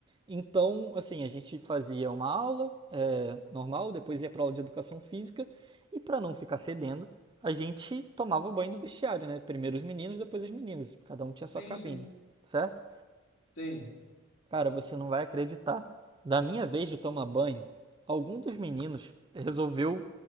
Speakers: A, on the right; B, on the left.
A: Então, assim, a gente fazia uma aula é, normal, depois ia para aula de educação física e para não ficar fedendo, a gente tomava banho no vestiário, né? Primeiro os meninos, depois as meninas. Cada um tinha sua
B: Sim,
A: cabine,
B: sim.
A: certo?
B: Sim.
A: Cara, você não vai acreditar. Da minha
B: Que
A: vez
B: que aconteceu?
A: de tomar banho, algum dos meninos resolveu